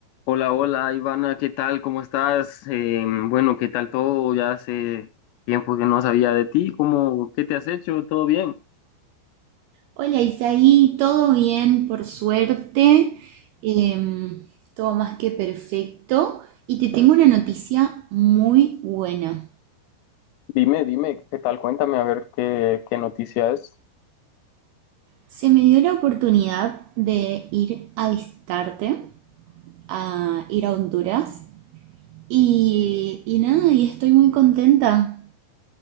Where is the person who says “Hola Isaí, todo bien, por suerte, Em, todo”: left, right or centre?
Right